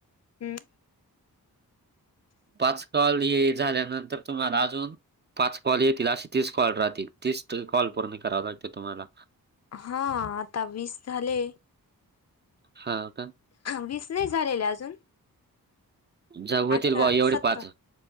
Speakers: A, on the left (about 45°); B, on the right (about 30°).
A: हम्म.
B: पाच कॉल हे झाल्यानंतर तुम्हाला अजून पाच कॉल येतील अशी तीस कॉल राहतील तीस तरी कॉल पूर्ण कराव लागते तुम्हाला.
A: हा आता वीस झाले.
B: हां का?
A: वीस नाही झालेले अजून.
B: जव होतील
A: अठरा
B: बा एवढे
A: सतरा
B: पाच